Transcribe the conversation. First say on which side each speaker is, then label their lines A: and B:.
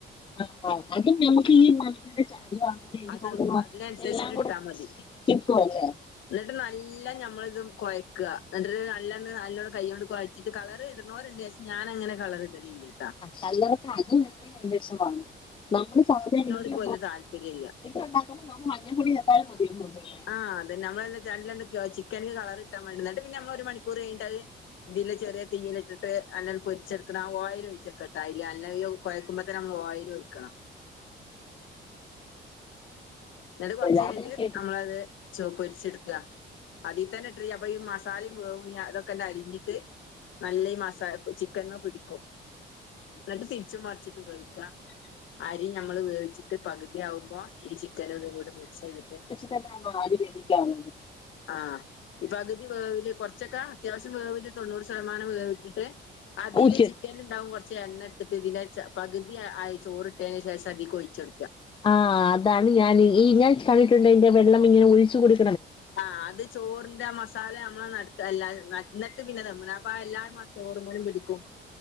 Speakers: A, on the left; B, on the left.
A: ആ അതും നമുക്ക് ഈ മല്ലി <unintelligible>
B: അത് അതിനനുസരിച്ചിട്ട്
A: എല്ലാം കൂടെ
B: ഇട്ടാ മതി
A: കിപ്പുവല്ലേ
B: എന്നിട്ട് നല്ല ഞമ്മളിതും കുഴയ്ക്കുക എന്നിട്ട് നല്ലണ്ണം നല്ലോണ്ണം കൈ കൊണ്ട് കുഴച്ചിട്ട് കളർ ഇടുന്നവരുണ്ട് ഞാന് അങ്ങനെ കളർ ഇടലില്ല കേട്ടാ
A: കല്ലറക്ക് അത് തന്നെ നമ്മള് സാധാരണ വീട്ടില്
B: ഇപ്പൊ വല്യ താല്പര്യം ഇല്ല
A: ഉണ്ടാക്കുമ്പോ നമ്മള് മഞ്ഞ പൊടി ചേർത്താലും മതിയെന്ന് തോന്നുന്നല്ലേ
B: ആഹ് അത് നമ്മളെ നല്ല എ ചിക്കന് കളർ കിട്ടാൻ വേണ്ടിട്ട് പിന്നെ നമ്മള് ഒരു മണിക്കൂർ കഴിഞ്ഞിട്ടത് ഇതില് ചെറിയ തീയിൽ ഇട്ടിട്ട് അല്ല പൊരിച്ചെടുക്ക ആ ഓയിൽ ഒഴിച്ചക്കെട്ടാ ഇല്ല അല്ല കൊയക്കുമ്പത്തേ നമ്മ ഓയിൽ ഒയ്ക്കണം എന്നിട്ട് കുറച്ച്
A: ആഹ്
B: കഴിഞ്ഞിട്ട്
A: കേ
B: നമ്മളത് പൊരിച്ചെടുക്കുക അതിൽ തന്നെ ഇട്ട അപ്പൊ ഈ മ മസാലയും വേവും അതൊക്കെ എ അരിഞ്ഞിട്ട് നല്ല മസ ചിക്കൻ പിടിക്കും എന്നിട്ട് തിരിച്ചും മറിച്ചിട്ട് വേവിക്കാം അരി ഞമ്മൾ വേവിച്ചിട്ട് പകുതിയാകുമ്പ അ ഈ ചിക്കൻ ഇതു കൂടി മിക്സ് ചെയ്തിട്ട്
A: തന്നെ അരി വേവിക്കും
B: ആഹ് ഇപ്പൊ പകുതി വേവില് കൊറച്ചൊക്കാ അത്യാവശ്യം വേവ് തൊണ്ണൂറ് ശതമാനം വേവിച്ചിട്ട് അതിൽ
A: ഊറ്റി
B: ചിക്കനല് ഉണ്ടാവും കുറ ച്ച് എണ്ണ എടുത്തിട്ട് ഇതിനെ പകുതി ആയി ചോറിട്ടതിന് ശേഷം അതിൽക്ക് ഒഴിച്ചു കൊടുക്കുക
A: ആഹ് അതാണ് ഞാൻ ഈ ഞാൻ കണ്ടിട്ടുണ്ട് അന്റെ വെള്ളം ഇങ്ങനെ ഒഴിച്ച കൂടി
B: ആ അത് ചോറിന്റെ മസാല നമ്മളെ നടുക്ക്ല്ല പിന്നെ നമ്മള് അപ്പ എല്ലാരും മസാല ചോറ്മ്മലും പിടിക്കും